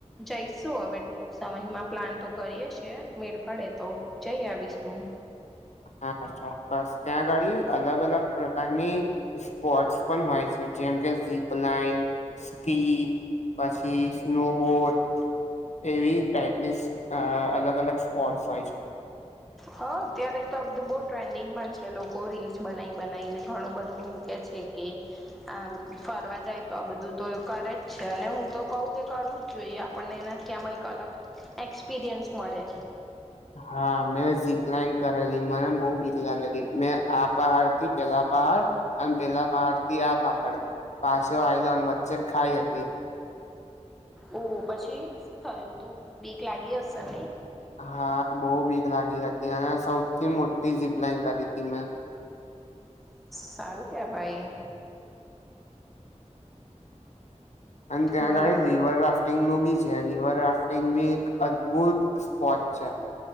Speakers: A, in the centre; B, on the left.
A: જઈશું હવે ટૂક સમયમાં પ્લાન તો કરીએ છે મેળ પડે તો જય આવીશું
B: હા ચોક્કસ ત્યાંગાડી અલગ અલગ પ્રકારની સ્પોટસ પણ હોય છે જેમ કે ઝીપલાઇન સ્કી પછી સ્નોબોટ એવી ટાઈપની અ અલગ અલગ સ્પોટસ હોય છે
A: હ અત્યારે તો અબધું બહુ ટ્રેન્ડિંગમાં છે લોકો રીલ્સ બનાવી બનાવીને ઘણું બધું મુકે છે છે કે આ ફરવા જાય તો આ બધું તો કરે જ છે અને હું તો કહુ કે કરવું જ જોઈએ આપણને એનાથી એક અલગ એક્સપિરિયન્સ મળે
B: હા મેં જીપલાઈન કરેલી મને બહુ બીક લાગેલી મેં આ પહાડ થી પેલા પહાડ અને પેલા પહાડ થી આ પહાડ પાછો આયલો અને વચ્ચે ખાઈ હતી
A: ઓ પછી શું થયું તું બીક લાગી હસે નહી
B: હા બહુ બીક લાગી હતી અને સૌથી મોટી ઝીપલાઇન કરી હતી મે
A: સારું કે ભાઈ
B: અને ત્યાં
A: બોલો
B: આગાળી રિવર રાફ્ટિંગ નું બી જ્યા રિવર રાફ્ટિંગ બી એક અદભુત સ્પોટ છે.